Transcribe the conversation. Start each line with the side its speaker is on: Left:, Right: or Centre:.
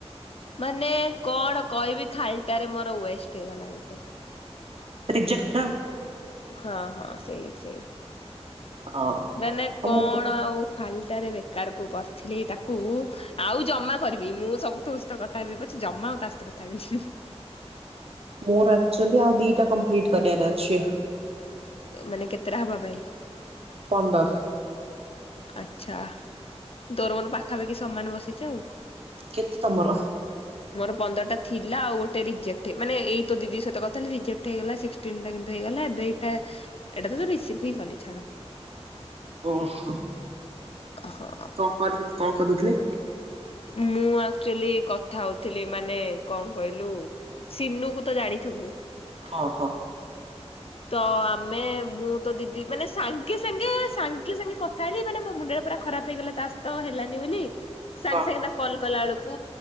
Left: ମାନେ କଣ କହିବି ଖାଲିଟାରେ ମୋର ୱେଷ୍ଟ ହେଇଗଲା ଗୋଟେ।
Right: ରିଜେକ୍ଟ ନା।
Left: ହଁ ହଁ ସେଇ ସେଇ।
Right: ହଁ ଆଉ
Left: ମାନେ କଣ
Right: ମୁଁ କ
Left: ଆଉ ଖାଲଟାରେ ବେକାର କୁ କରିଥିଲି ତାକୁ। ଆଉ ଜମା କରିବି। ମୁଁ ସବୁ କଥା ହେବି ପଛେ ଜମା ଆଉ ତା ସହିତ କଥା ହେବିନି।
Right: ମୋର ଆକଚୁଆଲି ଆଉ ଦିଟା କମ୍ପ୍ଲିଟ୍ କରିବାର ଅଛି।
Left: ମାନେ କେତେଟା ହବା ପାଇଁ।
Right: ପନ୍ଦର।
Left: ଆଚ୍ଛା ତୋର ମୋର ପାଖାପାଖି ସମାନ ବସିଛୁ ଆଉ।
Right: କେତେ ତମର?
Left: ମୋର ପନ୍ଦରଟା ଥିଲା ଆଉ ଗୋଟେ ରଜେକ୍ଟ ମାନେଏଇତ ଦିଦି ସହିତ କଥା ରିଜେକ୍ଟ ହେଇଗଲା। ନ୍ ଟା କିନ୍ତୁ ହେଇଗଲା ଏବେ ଏଇଟା ଏଟା ତ ରିସିଭ୍ ଭି କଲି ଛାଡ।
Right: ଓହୋହୋ
Left: ହଁ।
Right: କଣ କର କଣ କରୁଥିଲେ।
Left: ମୁଁ ଆଚୁଆଲି କଥା ହଉଥିଲି ମାନେ କଣ କହିଲୁ। ସିନୁ କୁ ତ ଜାଣିଥିବୁ।
Right: ହଁ ହଁ।
Left: ତ ଆମେ ମୁଁ ତ ଦିଦି ମାନେ ସାଙ୍ଗେ ସାଙ୍ଗେ ସାଙ୍ଗେ ସାଙ୍ଗେ କ <unintelligible> ମାନେ ମୋ ମୁଣ୍ଡରେ ପୁରା ଖରାପ ହେଇଗଲା ତାସହିତ ହେଲାନି ବୋଲି। ସାଙ୍ଗେ
Right: ହଁ।
Left: ସାଙ୍ଗେ ତା କଲ କଲା ବେଳକୁ